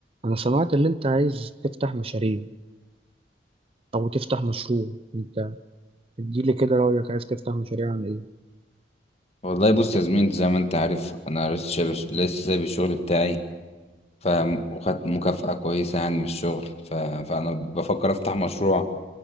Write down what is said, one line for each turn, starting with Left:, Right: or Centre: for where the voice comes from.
Right: أنا سمعت اللي أنت عايز تفتح مشاريع أو تفتح مشروع أنت اديلي كده رأيك عايز تفتح مشاريع عن إيه؟
Left: والله بص يا زميلي انت زي ما انت عارف انا لسه شايب لسه سايب الشغل بتاعي فاهم وخدت مكافأة كويسة يعني من الشغل ف... فانا بفكر افتح مشروع